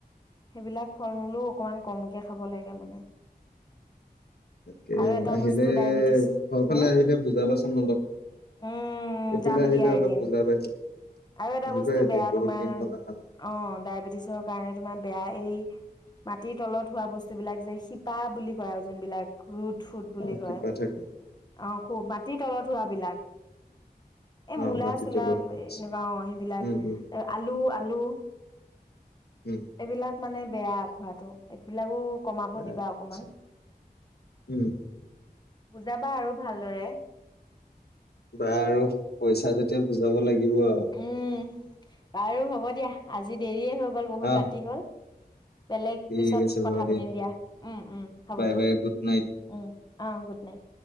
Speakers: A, on the left (about 25°); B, on the left (about 80°).
A: সেই বিলাক ফল-মূল ও অকমান কমকে খাব লাগে মানে।
B: তাকে,
A: আৰু এটা
B: আহিলে
A: বস্তু ডায়বেটিছ
B: ঘৰ
A: হম
B: ফালে আহিলে বুজাবাচোন অলপ।
A: উম
B: এইফালে
A: যাম
B: আহিলে
A: দিয়া
B: অলপ
A: এদিন
B: বুজাবাচোন।
A: আৰু এটা
B: <unintelligible>
A: বস্তু বেয়া
B: বহুত
A: তোমাৰ
B: দিন হ'ল অহা নাই।
A: অ ডায়বেটিছৰ কাৰণে তোমাৰ বেয়া এই, মাটিৰ তলত হোৱা বস্তু বিলাক যে শিপা বুলি কয় আও জোনবিলাক <unintelligible> <unintelligible> বুলি
B: অ
A: কয়,
B: কিবা থাকা
A: অ স মাটিৰ তলত হোৱা বিলাক। <inaudible> এই
B: অ
A: মূলা-চূলা
B: মাটি তলত
A: ব
B: আচ্ছা
A: এই অ সেইবিলাক।
B: উম উম উম
A: আলু
B: উম
A: এইবিলাক মানে বেয়া খোৱাটো। ‌ এইবিলাকো কমাব দিবা
B: আচ্ছা
A: অকণমান।
B: উম
A: বুজাবা আৰু ভালদৰে।
B: বাৰু, কৈছা যেতিয়া বুজাব লাগিব আৰু।
A: উম বাৰু হ'ব দিয়া, আজি দেৰিয়ে হ হ'ল বহুত
B: আহ
A: ৰাতি। বেলেগ
B: ঠিক
A: পিছত
B: আছে
A: কথা
B: বাৰু
A: পাতিম দিয়া, ও ও, হ'ব
B: বাই
A: দিয়া।
B: বাই গুড নাইট
A: ও। অ, গুডনাইট।